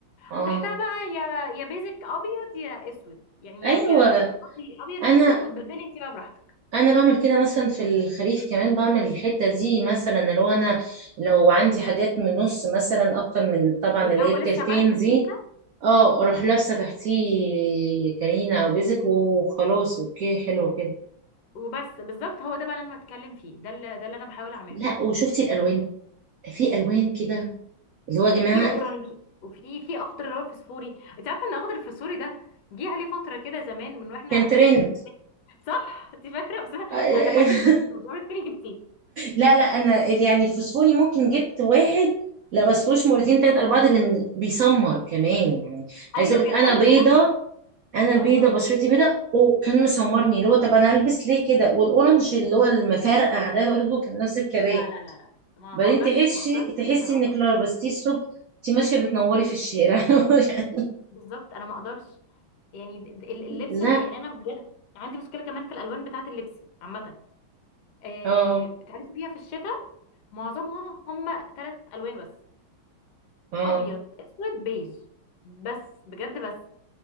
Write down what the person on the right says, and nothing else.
اه
أيوة
انا
انا بعمل كده مثلا في الخريف كمان بعمل الحته دي مثلا اللي هو انا لو عندي حاجات من نص مثلا اكتر من طبعا
اللي هي التلتين
دي
اه اروح لابسه تحتيه كرينه او بيزك وخلاص اوكي حلو كده
لا وشفتي الالوان في الوان كده اللي هو يا جماعه
كان ترند
<laughs>
لا لا انا ال- يعني الفوسفوري ممكن جبت واحد لبستوش مرتين تلاتة أربعة ده لأن بيسمر كمان يعني
عايز أقولك
أنا
بيضة
أنا
بيضة
بشرتي بيضة وكان مسمرني اللي هو طب أنا ألبس ليه كده والأورنج اللي هو المفرقع ده برضه كان نفس الكلام
بعدين
تحسي
تحسي
إنك لو لبستيه الصبح أنت ماشية بتنوري في الشارع <laughs>
لا
اه
اه